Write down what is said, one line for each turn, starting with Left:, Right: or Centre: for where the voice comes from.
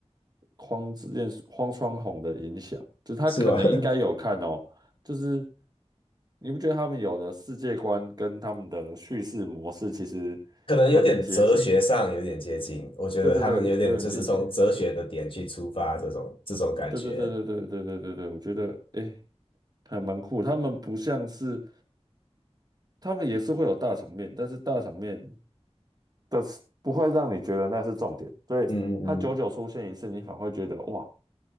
Right: 荒之剑荒川弘的影响，就是他可能应该有看哦，
Left: 是吧？<laughs>
Right: 就是你不觉得他们有的世界观跟他们的叙事模式其实
Left: 可能有点哲学上有点接近，
Right: 有点接近？
Left: 我觉得他们有点就是从哲学的点去出发，
Right: 对对对，有点接近。
Left: 这种这种感觉。
Right: 对对对对对对对对对，我觉得诶还蛮酷。他们不像是，他们也是会有大场面，但是大场面的是不会让你觉得那是重点，所以它久久出现一次，
Left: 嗯嗯嗯，
Right: 你反而会觉得哇